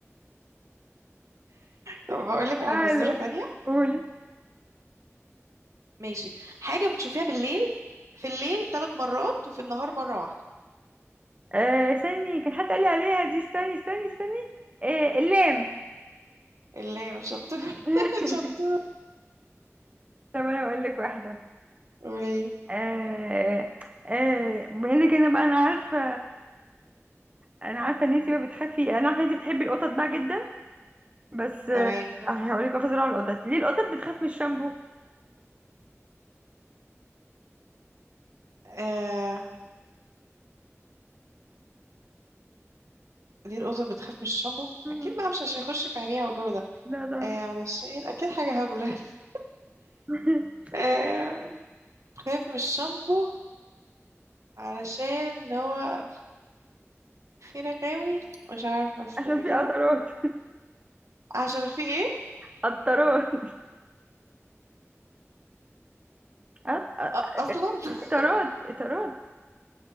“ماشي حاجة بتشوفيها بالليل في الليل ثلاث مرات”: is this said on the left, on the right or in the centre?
Right